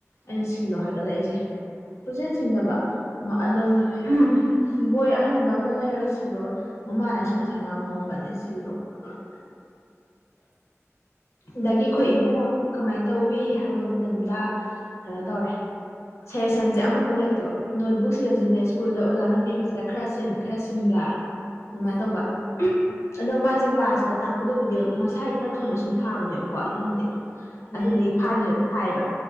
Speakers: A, on the left; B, on the right.
A: ꯑꯩꯅ ꯁꯤꯜꯂꯣ ꯍꯥꯏꯒꯠꯂꯛꯏꯁꯦ ꯁꯨꯡꯁꯤꯟ ꯁꯤꯟꯗꯕ ꯃꯥ ꯑꯗꯨꯝ ꯎꯝ ꯕꯣꯏ ꯑꯍꯟꯕ ꯑꯃ ꯂꯩꯔꯒ ꯁꯤꯜꯂꯣ ꯃꯃꯥꯅꯁꯨ ꯁꯥꯢ ꯉꯥꯡꯍꯧꯕꯅꯦ ꯁꯤꯜꯂꯣ ꯈꯣꯠꯂꯣꯅꯥ
B: <inaudible> ꯎꯝ
A: ꯑꯗꯒꯤ ꯑꯈꯣꯏ ꯏꯕꯨꯡꯉꯣ ꯀꯃꯥꯏꯟ ꯇꯧꯏ ꯍꯥꯏꯕ ꯃꯇꯝꯗ ꯀꯩꯅꯣ ꯇꯧꯔꯦ ꯁꯖꯦꯁꯟꯁꯦ ꯑꯃꯐꯥꯎ ꯂꯩꯇꯕ ꯅꯣꯠꯕꯨꯛꯁꯤꯗꯁꯨꯅꯦ ꯁ꯭ꯀꯨꯜꯗ ꯑꯣꯖꯥꯅ ꯄꯤꯕꯁꯦ ꯈꯔ ꯁꯤꯟ ꯈꯔ ꯁꯤꯟꯗ ꯑꯗꯨꯃꯥꯏꯅ
B: ꯑꯥ
A: ꯇꯧꯕ ꯑꯗꯣ ꯃꯥꯁꯦ ꯀ꯭ꯂꯥꯁꯇ ꯇꯥꯛꯄꯗꯨꯕꯨꯗꯤ ꯃꯁꯥꯢ ꯈꯔ ꯊꯨꯅ ꯁꯨꯝ ꯐꯥꯕꯅꯦꯕ ꯀꯣ ꯏꯕꯨꯡꯉꯣꯗꯤ ꯑꯗꯨꯗꯨꯒꯤ
B: ꯑꯥ
A: ꯐꯥꯗꯤ ꯂꯣꯏ ꯐꯥꯏꯌꯦꯕ